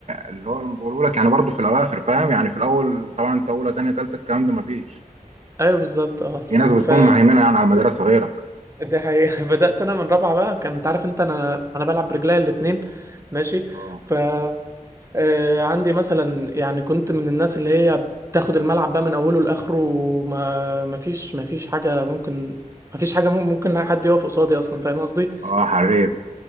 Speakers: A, on the right; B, on the right.
A: اللي هو انا بقوله لك يعني برضه في الاواخر فاهم يعني في الاول طبعا انت اولى تانية تالتة الكلام ده مفيش
B: ايوه بالظبط اه
A: في ناس بتكون
B: ف
A: مهيمنه يعني على المدرسه غيرك
B: دي حقيقة <laughs> بدأت انا من رابعة بقى كان انت عارف انت انا انا بلعب برجلي الاتنين ماشي
A: اه
B: ف آه، عندي مثلا يعني كنت من الناس اللي هي بتاخد الملعب بقى من اوله لاخره وما ما فيش ما فيش حاجة ممكن ما فيش حاجة مم- ممكن حد يقف قصادي اصلا فاهم قصدي
A: اه حريف